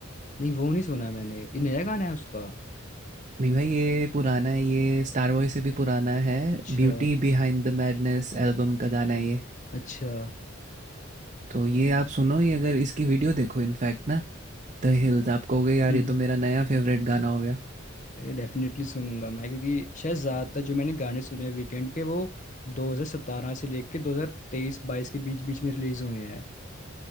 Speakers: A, on the left; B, on the right.
A: नहीं वो नहीं सुना मैंने ये नया गाना है उसका
B: नहीं भाई ये पुराना है ये स्टार वॉय से भी पुराना है
A: अच्छा
B: Beauty Behind the Madness album का गाना है ये
A: अच्छा
B: तो ये आप सुनो ये अगर इसकी वीडियो देखो इनफैक्ट ना द हिल्स आप कहोगे यार
A: हम्म
B: ये
A: हम्म।
B: तो मेरा नया फेवरेट गाना हो गया
A: अरे डेफिनेटली सुनूंगा मैं क्योंकि शायद ज्यादातर जो मैंने गाने सुने हैं वीकेंड के वो 2017 से लेके 2023 22 के बीच बीच में रिलीज हुए हैं